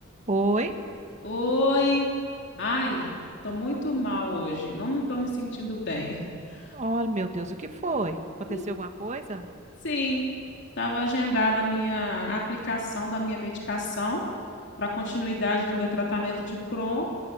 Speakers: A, on the right (about 35°); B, on the left (about 60°).
A: Oi?
B: Oi, ai, tô muito mal hoje, não me tô me sentindo bem. <laughs>
A: Oh, meu Deus, o que foi? Aconteceu
B: Hum,
A: alguma coisa?
B: Sim, estava agendada a minha aplicação da minha medicação para continuidade do meu tratamento de Crohn